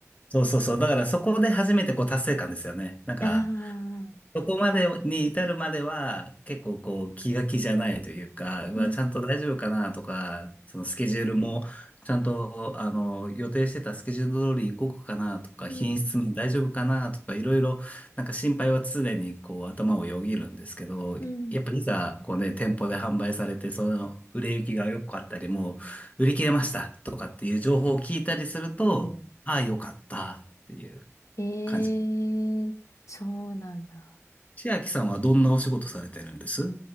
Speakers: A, on the left; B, on the left.
A: そうそうそう。だからそこで初めてこう達成感ですよね。なんか、
B: ああ、
A: そこまでに至るまでは、結構こう気が気じゃないというか、うわ、
B: うん、
A: ちゃんと大丈夫かなとか、そのスケジュールも、ちゃんと、あの、予定してたスケジュール通り動くかなとか、
B: うん、
A: 品質面大丈夫かなとか、いろいろ、なんか心配は常にこう頭をよぎるんですけど、
B: うん。
A: やっぱいざ、こうね、店舗で販売されて、その売れ行きが良かったり、もう売り切れましたとかっていう情報を聞いたりすると、
B: そうん
A: ああ、良かったっていう
B: ええそうなんだ。
A: 感じ。千秋さんはどんなお仕事されてるんです